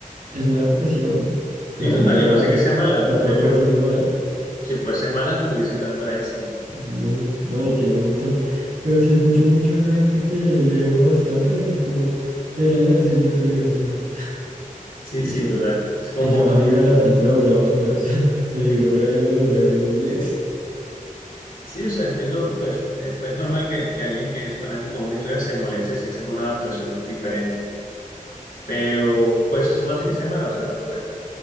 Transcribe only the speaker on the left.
Sí,
total,
y no
hace que sea mala.
De hecho,
si fuese mala no tuviese tanto éxito.
Sí,
sí,
total. Es como,
sí, o sea, entiendo, pues, eh, pues es normal que, que alguien que es fanático de una historia se moleste si hacen una adaptación diferente. Pero, pues, eso no hace que sea mala. O sea, pues,